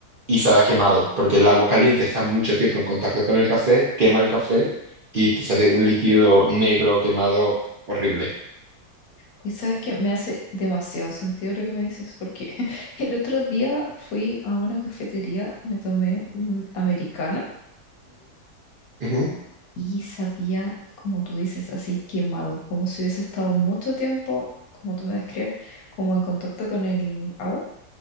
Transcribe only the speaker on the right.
Y sabe a quemado, porque el agua caliente está mucho tiempo en contacto con el café, quema el café y te sale un líquido negro quemado horrible.
Ujú,